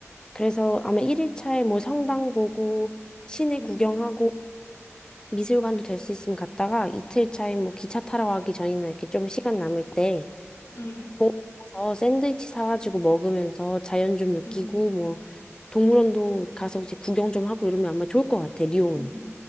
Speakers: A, on the left; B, on the left.
A: 그래서 아마
B: 떼뜨,
A: 1일차에 뭐 성당 보고, 시내
B: 응,
A: 구경하고, 미술관도 될 수 있으면 갔다가 이틀 차에 뭐 기차 타러 가기 전이나 이렇게 좀 시간 남을 때
B: 응,
A: 공원 가서 샌드위치 사가지고 먹으면서 자연 좀 느끼고
B: 응,
A: 뭐 동물원도 가서 이제 구경 좀 하고 이러면 아마 좋을 것 같아, 리옹은.
B: 응.